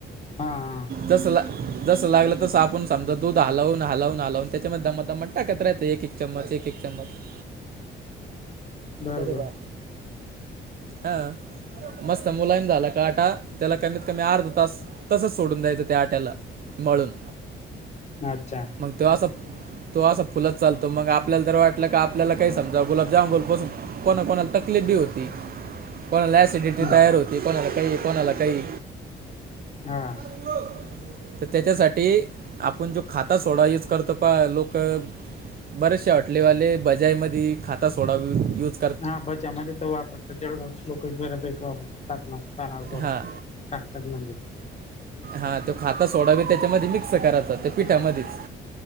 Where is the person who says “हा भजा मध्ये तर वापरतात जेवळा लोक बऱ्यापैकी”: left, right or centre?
Left